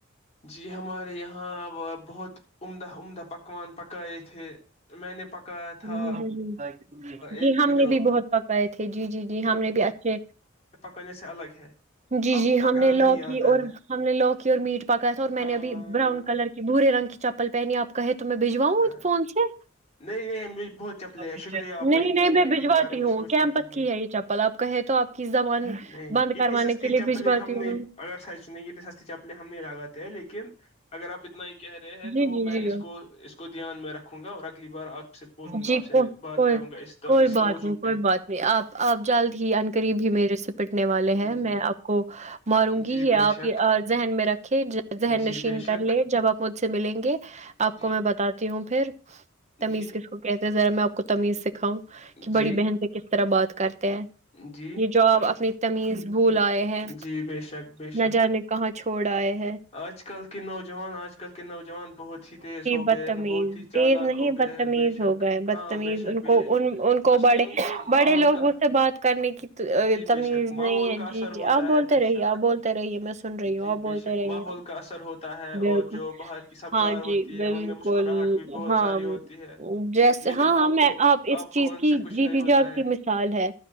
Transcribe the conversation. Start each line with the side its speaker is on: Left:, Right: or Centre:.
Left: جی ہمارے یہاں بہت عمدہ عمدہ پکوان پکائے تھے میں نے پکایا تھا
Right: ہ ہ ہ ہ جی
Left: ایک
Right: ہم
Left: جو
Right: نے بھی بہت پکائے تھے جی جی جی ہم نے بھی اچھے
Left: کنی سے الگ ہے <inaudible>
Right: جی
Left: آپ
Right: جی
Left: کو
Right: ہم
Left: پکانا
Right: نے لو
Left: نہیں آتا
Right: کی اور
Left: ہے
Right: ہم نے لو کی اور میٹ پکایا تھا اور میں
Left: ہاں
Right: نے ابھی براؤن کلر کے برے رنگ کی چپل پہنی آپ کہ تو تو میں بجواؤں
Left: ہاں
Right: فون سے
Left: نہیں نہیں مجھے بہت چپلے
Right: نہیں
Left: ہے شکریہ آپ کا اتنی
Right: نہیں میں
Left: میرے
Right: بجواتی
Left: بارے میں
Right: ہوںمپس
Left: سوچنے کے لیے
Right: کی ہے یہ چپل آپ کہے تو آپ کی زبان
Left: نہیں
Right: بند
Left: اتنی
Right: کروانے
Left: سستی
Right: کے لیے
Left: چپلیں
Right: بھجواتی
Left: ہم نے
Right: ہوں
Left: اگر سائز سن گے اتنی سستی چپلیں ہم نہیں لگاتے ہیں لیکن اگر آپ اتنا ہی کہہ رہے ہیں
Right: جی
Left: تو
Right: جی
Left: میں
Right: جی
Left: اس کو اس کو کو دھیان میں رکھوں گا اور اگلی بار آپ سے بولوں گا
Right: جی
Left: آپ سے
Right: کو
Left: بات
Right: کوئی
Left: کروں گا اس
Right: کوئی
Left: اس
Right: بات
Left: موضوع
Right: نہیں
Left: پہ
Right: کوئی بات نہیں آپ آپ جلد ہی ان قریب ہی میرے سے پ رنے والے ہیں میں
Left: جی
Right: آپ کو ماروں گی
Left: جی
Right: یہ
Left: بے
Right: آپ
Left: شک
Right: ذہن میں رکھ ذہن
Left: جی
Right: نشین
Left: بے شک
Right: کر لے جب آپ مجھ سے ملیں گے آپ
Left: جی
Right: کو میں بتاتی ہوں پھر تمیز
Left: جی
Right: کس کہتے ذرا میں آ کو تمیز سے کہ بڑی
Left: جی
Right: بہن سے کس طرح بات کرتے
Left: جی
Right: یہ جاب اپنی تمیز بھول آئے ہیں
Left: جی بے شک بے شک
Right: نہ جانے کہاں چھوڑ بائے
Left: آج کل کے نوجوان آج کل کے نوجوان بہت ہی تیز ہو
Right: بدتمیز
Left: گئے ہیں بہت ہی چالاک
Right: تیز نہیں
Left: ہو گئے
Right: بدتمیز
Left: ہیں بے شک
Right: ہو گئے بدتمیز
Left: ہاں بے شک
Right: ان
Left: بے
Right: کو ان کو
Left: اصلی
Right: بڑے
Left: ان کو ماحول
Right: بڑے لوگ
Left: کا
Right: اس سے بات کرنے کی
Left: جی
Right: تمیز
Left: بے شک
Right: نہیں
Left: ماحول
Right: ہے
Left: کا اثر
Right: جی جی
Left: ہوتا
Right: آپ بولتے
Left: ہے بے
Right: رہیے
Left: شک
Right: آپ بولتے رہیے میں سن رہی
Left: جی
Right: ہوں آپ
Left: بے
Right: بولتے
Left: شک
Right: رہیے
Left: ماحول کا اثر ہوتا ہے
Right: بالکل
Left: اور جو باہر کی سبزار
Right: ہاں جی
Left: ہوتی ہے
Right: بالکل
Left: ان میں مسکراہٹ بھی بہت
Right: ہاں
Left: ساری ہوتی ہے
Right: جیسے
Left: لیکن
Right: ہاں ہاں
Left: آپ
Right: میں
Left: کو
Right: اس
Left: آپ
Right: چیز
Left: کو ان
Right: کی
Left: سے کچھ
Right: جیتی
Left: نہیں ہوتا
Right: جاگتی
Left: ہے
Right: مثال ہے